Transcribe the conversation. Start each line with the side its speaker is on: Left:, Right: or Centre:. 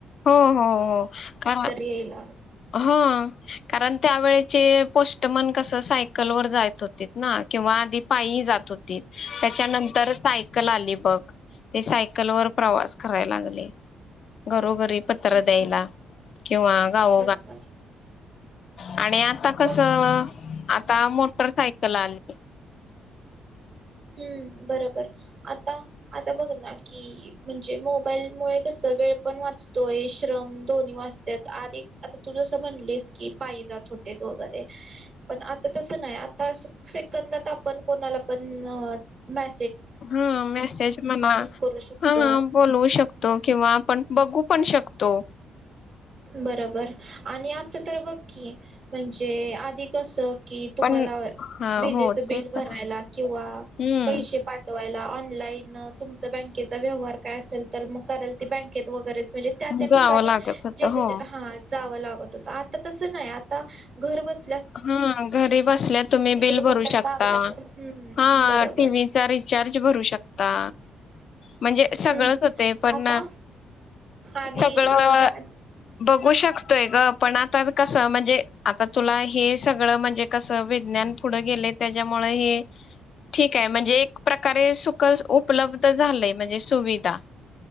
Left: हो, हो, हो का?
Right: यायला
Left: ह कारण त्यावेळेचे पोष्टमन कस सायकल वर जात होते ना किंवा आधी पायी जात होती त्याच्यानंतर सायकल आली बघ ते सायकल वर प्रवास कराय लागले घरोघरी पत्र
Right: हम्म
Left: द्यायला किंवा गाव
Right: बरोबर
Left: आणि आता कस
Right: पण
Left: आता मोटरसायकल आली
Right: हम्म बरोबर आता आता बघ ना की म्हणजे मोबाईल मु कस वेळ पण वाचतोय श्रम दोन्ही वाचतात आधी आता तू जसं म्हणलीस की पायी जात होते वगैरे पण आता तसं नाही आता सेकंदात आपण कोणाला पण मा
Left: हा मेसेज मला
Right: करू शकतो.
Left: हा बोलवू शकतो
Right: हम्म
Left: किंवा आपण बघू पण शकतो.
Right: बरोबर आणि आता तर बघकी म्हणजे आधी कस. की तुम्हाला
Left: पण हा
Right: विजेच
Left: हो ते
Right: बिल भरायला
Left: तर आहे
Right: किंवा
Left: हम्म
Right: पैसे पाठवा न तुम बँकेचा व्यवहार काय असेल तर मग कराल बँकेत वगैरे.
Left: जावं
Right: <inaudible> ठिकाणी
Left: लागत होत
Right: जे जे
Left: हो
Right: हा. जावं लागत होत आता तसं नाही आता घर बस.
Left: हा घरी बसल्या तुम्ही
Right: एक
Left: बिल भरू
Right: बटन
Left: शकता
Right: दाबल्यावर हम्म
Left: हा
Right: बरोबर
Left: टीव्हीचा रिचार्ज भरू शकता म्हणजे. सगळंच
Right: हम्म
Left: होते पण
Right: आता आधी
Left: सगळं
Right: म्हणजे आधी
Left: बघू शकतोय गं पण आता. कस म्हणजे आता तुला. हे सगळं म्हणजे कस विज्ञान पुढं गेले त्याच्यामुळे हे ठीक आहे म्हणजे एक प्रकारे सुख उपलब्ध झालंय म्हणजे सुविधा.